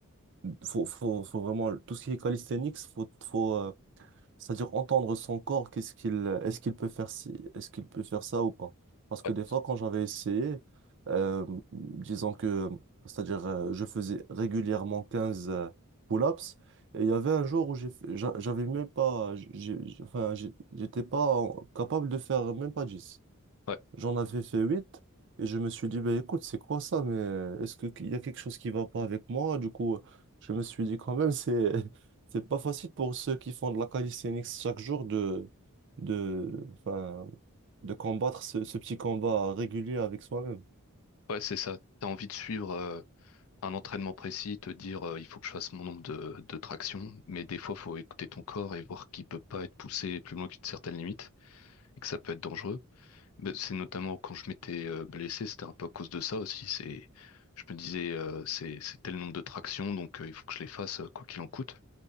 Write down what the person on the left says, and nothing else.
Ouais,
ouais,
ouais, c'est ça. T'as envie de suivre euh, un entraînement précis, te dire euh, il faut que je fasse mon nombre de, de tractions, mais des fois, faut écouter ton corps et voir qu'il peut pas être poussé plus loin qu'une certaine limite et que ça peut être dangereux. Mais C'est notamment quand je m'étais euh, blessé, c'était un peu à cause de ça aussi. C'est, je me disais euh, c'est c'est tel nombre de tractions, donc euh, il faut que je les fasse euh, quoi qu'il en coûte.